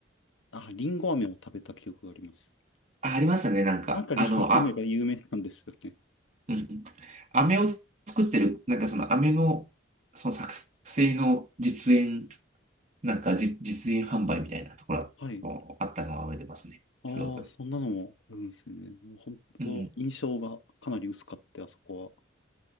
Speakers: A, on the left; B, on the right.
A: あ、リンゴ飴を食べた記憶があります。
B: あ、ありましたね、なんか。
A: なんか、
B: あの、
A: リンゴ飴が有名なんですよね。
B: あ、うん。飴を作ってる、なんかその飴の、その作成の実演、なんかじ、実演販売みたいなところもあったのは覚えてますね。
A: はい。ああ、
B: すごく。
A: そんなのもあるんですよね。もう本当、
B: うん。
A: 印象がかなり薄かって、あそこは。